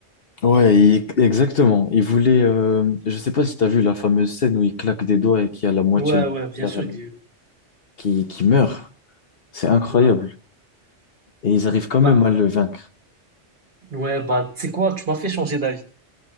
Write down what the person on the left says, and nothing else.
ouais, il- exactement. Il voulait. euh, je sais pas si tu as vu la fameuse scène où il claque des doigts et qu'il y a la moitié
de l'univers
euh,
qui, qui meurt. C'est incroyable.
Et ils arrivent quand
même à le vaincre.